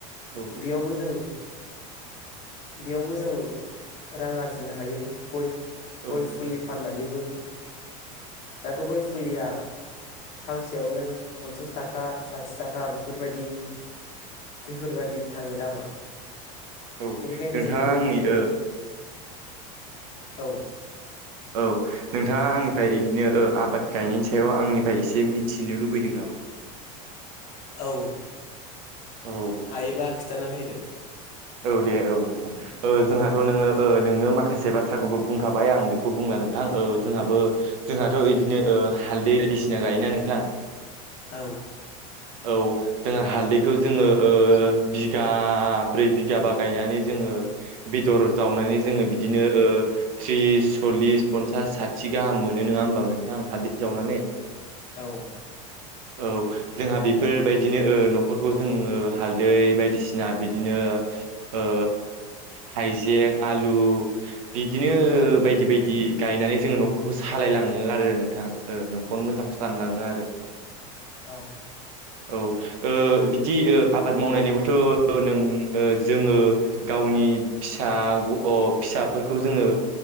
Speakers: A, on the right (about 75°); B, on the left (about 40°).
A: औ
B: बेयावबो जों बेयावबो जों रां आरजिनो हायो गय
A: औ
B: गय
A: नोंथां
B: फुलि फाननानैबो दाथ गय फुलिया फांसेयावनो पनसास थाखा साथि थाखा बेफोरबायदि बेफोरबादि थाङो दामा
A: औ
B: बेनिखायनो
A: नोंथाङा
B: जों गय
A: आंनि ओ
B: औ
A: औ नोंथाङा आंनिफ्राय इदिनो ओ आबाद गायनायनि सायाव आंनिफाय एसे मिथिनो लुबैदों नामा
B: औ
A: औ
B: हायोबा खिथानानै होदो
A: औ दे औ नोंथां ओ जोंहाथ नोङो ओ नोङो माखासे बाथ्राखौबो बुंखाबाय आं बेखौ बुंला नोंथां। ओ जोंहाबो जोंहाथ इदिनो ओ हालदै बायदिसिना गायोना नोंथां
B: औ
A: औ जोंहा हालदैखौ जोङो ओ बिघा ब्रै बिघा बा गायनानै जोङो बेदर जावनानै
B: औ
A: जोङो बिदिनो ओ थ्रिस सल्लिस पनसास साथि गाहाम मोनो नोङा होमबा नोंथां हालदै जावनानै
B: औ
A: औ जोंहा बेफोरबायदिनो ओ न'खरखौ जोङो हालदै बायदिसिना बिदिनो ओ हाइजें, आलु बिदिनो
B: औ
A: बायदि बायदि गायनानै जोङो न'खरखौ सालायलाङो आरो नोंथां न'खर मोजां खालामलाङो आरो।
B: औ
A: औ ओ बिदि आबाद मावनायनिबोथ' नों ओ जोङो गावनि फिसा फिसाफोरखौ जोङो